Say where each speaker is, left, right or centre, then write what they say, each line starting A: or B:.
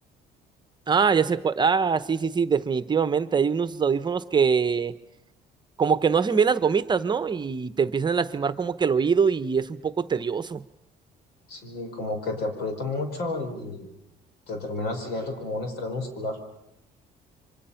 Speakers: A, on the right (about 25°); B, on the left (about 80°).
A: Ah, ya sé cuál. Ah, sí, sí, sí, definitivamente. Hay unos audífonos que como que no hacen bien las gomitas, ¿no? Y te empiezan a lastimar como que el oído y es un poco tedioso.
B: Sí, como que te aprieta mucho y te terminas siguiendo como un estrés muscular.